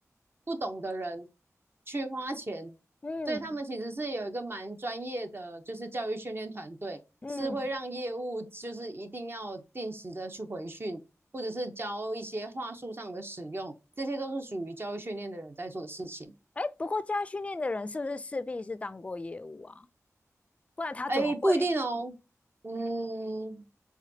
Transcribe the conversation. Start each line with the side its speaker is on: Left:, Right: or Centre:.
Right: 不懂的人去花钱，
Left: 嗯
Right: 所以他们其实是有一个蛮专业的，就是教育训练团队，
Left: 嗯，
Right: 是会让业务就是一定要定时的去回训，或者是教一些话术上的使用，这些都是属于教育训练的人在做的事情。
Left: 哎、不过加训练的人是不是势必是当过业务啊？不然他怎么会？
Right: 哎，不一定哦，嗯，